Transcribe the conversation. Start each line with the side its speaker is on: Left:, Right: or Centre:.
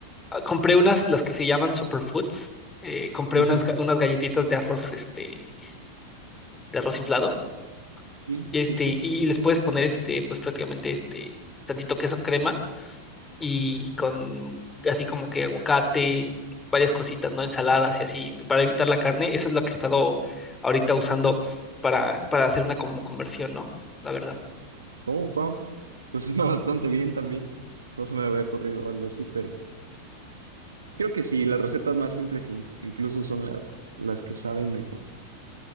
Left: ah, compré unas, las que se llaman superfoods, eh, compré
Right: Ujú.
Left: unas, ga- unas galletitas de arroz, este, de arroz inflado,
Right: Sí,
Left: este,
Right: sí, sí.
Left: y, y les puedes poner, este, pues prácticamente, este, tantito queso crema y con así como que aguacate, varias cositas, ¿no? Ensaladas y así, para evitar la carne. Eso es lo que he estado ahorita usando para, para hacer una como conversión, ¿no? La verdad.
Right: Oh, wow. Pues suena <laughs> bastante bien también. No se me había ocurrido algo así, pero creo que sí, las recetas más simples in- incluso son las, las que saben mejor.